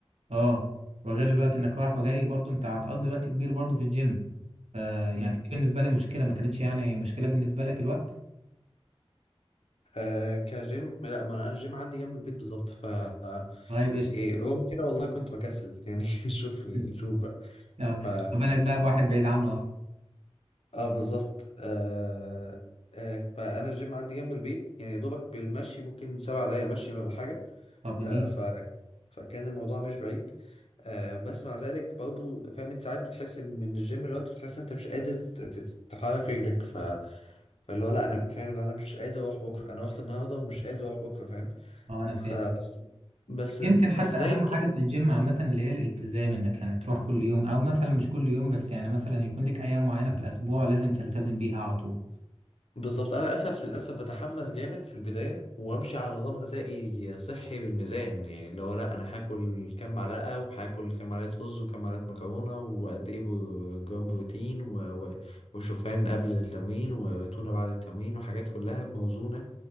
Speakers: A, on the right; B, on the left.
A: اه وغير الوقت انك رايح وجاي برضه انت هتقضي وقت كبير برضه في الجيم فيعني
B: امم
A: دي بالنسبة لي مشكلة ما كانتش يعني مشكلة بالنسبة لك الوقت
B: آه كجيم لا ما انا الجيم عندي جنب البيت بالظبط ف آه،
A: طيب قشطة
B: إيه رغم كده والله كنت بكسل يعني <laughs> شوف
A: <laughs>
B: شوف بقى
A: اه
B: ف
A: ما بالك بقى بواحد بعيد عنه أصلا
B: اه بالظبط آه... آه... فانا الجيم عندي جنب البيت يعني يا دوبك بالمشي ممكن سبع دقايق مشي ولا حاجه
A: طب جميل
B: آه... ف... فكان الموضوع مش بعيد آه... بس مع ذلك برضو فاهم انت ساعات بتحس إن من الجيم اللي هو انت بتحس إن انت مش قادر ت- ت- تحرك رجلك ف... فاللي هو لا انا فاهم ان انا مش قادر اروح بكره انا رحت النهارده ومش قادر اروح بكره فاهم
A: اه أنا
B: فبس
A: فاهم
B: بس
A: يمكن حتى
B: بس
A: أهم
B: ده يمكن
A: حاجة في الجيم عامة اللي هي الالتزام إنك يعني تروح كل يوم أو مثلا مش كل يوم بس يعني مثلا يكون لك أيام معينة في الأسبوع لازم تلتزم بيها على طول
B: بالظبط انا للاسف للاسف بتحمس جامد في البدايه وامشي على نظام غذائي صحي بالميزان يعني اللي هو لا انا هاكل كام معلقه وهاكل كام معلقه رز وكام معلقه مكرونه وقد ايه بر- جرام بروتين و... و... وشوفان قبل التمرين وتونه بعد التمرين وحاجات كلها موزونه